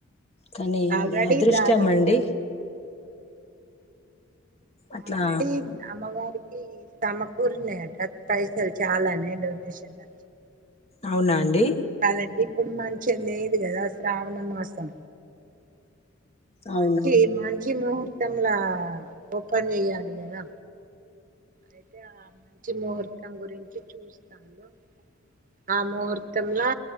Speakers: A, on the left; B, on the right.
A: కానీ
B: ఆల్రెడీ
A: అది అదృష్టం
B: దాదాపు
A: అండి అట్లా
B: ఆల్రెడీ అమ్మవారికి సమకూరినాయట పైసలు చాలానే డొనేషన్లో
A: అవునాండి
B: కాదండి ఇప్పుడు మంచిగా లేదు కదా, శ్రావణమాసం
A: అవును
B: మంచి మంచి ముహూర్తంల ఓపెన్ చెయ్యాలి కదా అయితే ఆ మంచి ముహూర్తం గురించి చూస్తారు ఆ ముహూర్తంలా